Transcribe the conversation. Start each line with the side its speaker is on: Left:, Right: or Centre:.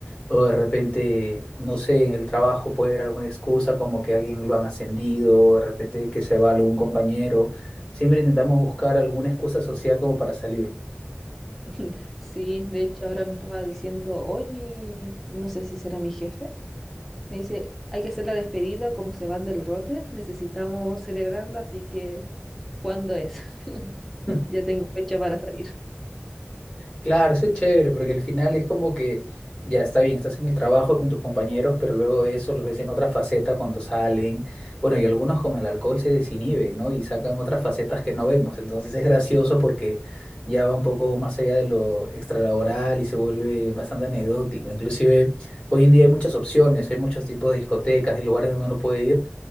Left: O de repente, no sé, en el trabajo puede haber alguna excusa como que alguien lo han ascendido, o de repente que se va algún compañero. Siempre intentamos buscar alguna excusa social como para salir.
Centre: <laughs> Sí, de hecho ahora me estaba diciendo hoy mi, no sé si será mi jefe. Me dice, hay que hacer la despedida, como se van del rote, necesitamos celebrarla, así que, ¿cuándo es? <laughs>
Left: <laughs>
Centre: Ya tengo fecha para salir.
Left: Claro, eso es chévere, porque al final es como que ya está bien, estás en el trabajo con tus compañeros, pero luego de eso los ves en otra faceta cuando salen. Bueno, y algunos con el alcohol se desinhiben, ¿no? Y sacan otras facetas que no vemos. Entonces es gracioso porque ya va un poco más allá de lo extralaboral y se vuelve bastante anecdótico. Inclusive hoy en día hay muchas opciones, hay muchos tipos de discotecas y lugares donde uno puede ir